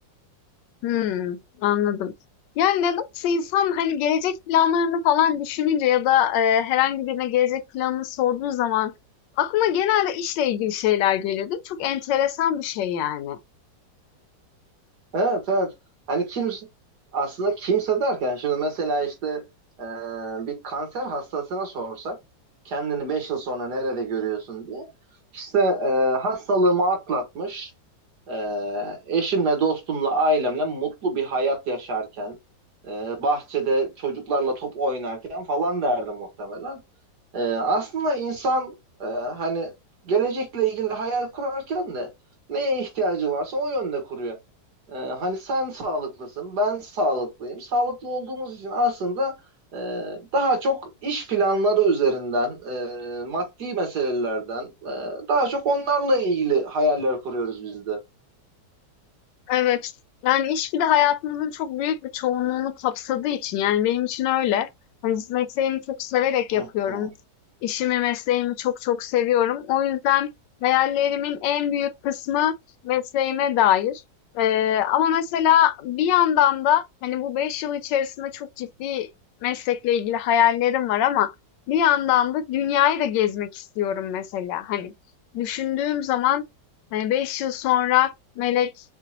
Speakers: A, on the left; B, on the right.
A: Hımm, anladım. Yani, nedense insan, hani, gelecek planlarını falan düşününce ya da, eee, herhangi birine gelecek planını sorduğu zaman aklına genelde işle ilgili şeyler geliyor, değil mi? Çok enteresan bir şey yani.
B: Evet evet. Hani kimse aslında kimse derken şimdi mesela işte e, bir kanser hastasına sorsak kendini 5 yıl sonra nerede görüyorsun diye işte e, hastalığımı atlatmış e, eşimle dostumla ailemle mutlu bir hayat yaşarken e, bahçede çocuklarla top oynarken falan derdi muhtemelen. E, aslında insan e, hani gelecekle ilgili hayal kurarken de neye ihtiyacı varsa o yönde kuruyor. Ee, hani sen sağlıklısın, ben sağlıklıyım. Sağlıklı olduğumuz için aslında e, daha çok iş planları üzerinden, e, maddi meselelerden, e, daha çok onlarla ilgili hayaller kuruyoruz biz de.
A: Evet. Yani iş bir de hayatımızın çok büyük bir çoğunluğunu kapsadığı için yani benim için öyle. Hani mesleğimi çok severek yapıyorum.
B: Hı hı.
A: İşimi, mesleğimi çok çok seviyorum. O yüzden hayallerimin en büyük kısmı mesleğime dair. Ee, ama mesela bir yandan da hani bu 5 yıl içerisinde çok ciddi meslekle ilgili hayallerim var ama bir yandan da dünyayı da gezmek istiyorum mesela. Hani düşündüğüm zaman hani 5 yıl sonra Melek